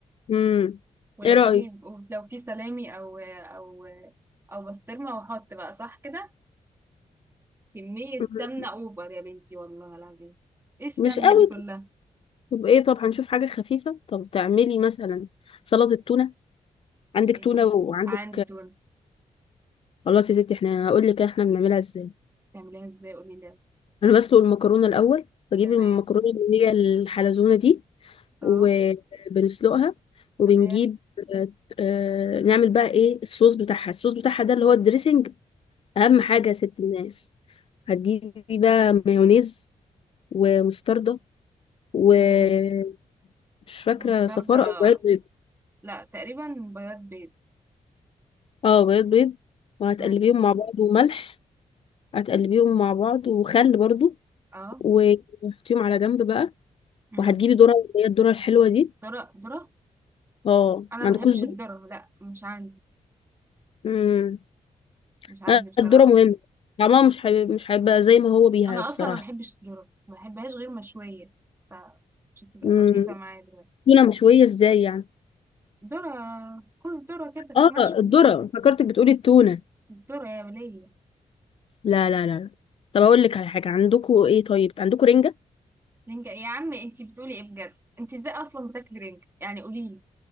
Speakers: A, on the left; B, on the right.
A: امم
B: ولو
A: ايه رأيك
B: في لو في سلامي او او او بسطرمه وحط بقى صح كده كميه
A: مم.
B: سمنه اوفر يا بنتي والله العظيم ايه السمنه
A: مش قوي
B: دي كلها
A: كده. طب ايه طب هنشوف حاجة خفيفة طب تعملي مثلا سلطة تونة عندك
B: يعني
A: تونة وعندك
B: عندي تونه
A: خلاص يا ستي احنا هقول لك احنا بنعملها ازاي
B: تعمليها ازاي قولي لي يا اسطى
A: انا بسلق المكرونه الاول بجيب
B: تمام
A: المكرونه اللي هي الحلزونه دي
B: اه
A: وبنسلقها وبنجيب
B: تمام
A: آه، آه، نعمل بقى ايه الصوص بتاعها الصوص بتاعها ده اللي هو الدريسنج اهم
B: مم.
A: حاجه يا ست الناس هتجيبي بقى مايونيز ومستردة ومش
B: مم.
A: فاكره
B: مستردة
A: صفار او بياض بيض
B: لا تقريبا بياض بيض
A: اه بياض بيض وهتقلبيهم
B: مم.
A: مع بعض وملح هتقلبيهم مع بعض وخل برضو
B: اه
A: وتحطيهم على جنب بقى
B: مم.
A: وهتجيبي ذره اللي هي الذره الحلوه دي
B: ذرة ذرة
A: اه
B: انا
A: ما
B: ما
A: عندكوش
B: بحبش
A: ذوق
B: الذرة لا مش عندي
A: امم
B: مش عندي
A: لا،
B: بصراحة
A: الذرة مهمة طعمها مش هي... مش هيبقى زي ما هو بيها
B: انا
A: بصراحة
B: اصلا ما بحبش الذره ما بحبهاش غير مشويه فمش هتبقى
A: امم
B: لطيفه معايا دلوقتي
A: تونة مشوية ازاي يعني
B: ذره كوز ذره كده
A: اه
B: مشوي
A: الذرة فكرتك بتقولي التونة
B: الذره يا وليه
A: لا لا لا طب اقول لك على حاجة عندكوا ايه طيب عندكوا رنجة
B: رنجة يا عم انتي بتقولي ايه بجد انتي ازاي اصلا بتاكلي رنجة يعني قوليلي